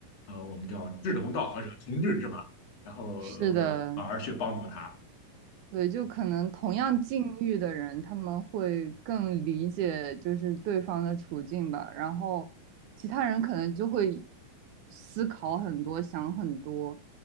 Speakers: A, on the left; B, on the right.
A: 呃，我们叫志同道合者、同志是吧？然后呃反而去帮助他。
B: 是的，对，就可能同样境遇的人，他们会更理解就是对方的处境吧，然后其他人可能就会思考很多，想很多，